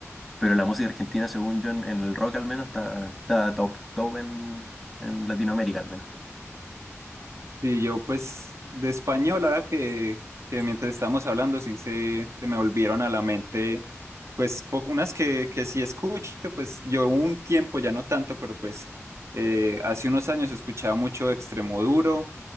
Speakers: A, in the centre; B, on the right (about 65°).
A: pero la música argentina, según yo, en, en el rock al menos, está, está top, top en, en Latinoamérica al menos.
B: Sí, yo pues de español, ahora que, que mientras estábamos hablando, sí se, se me volvieron a la mente, pues po- unas que, que sí escucho, pues yo un tiempo, ya no tanto, pero pues eh, hace unos años escuchaba mucho Extremoduro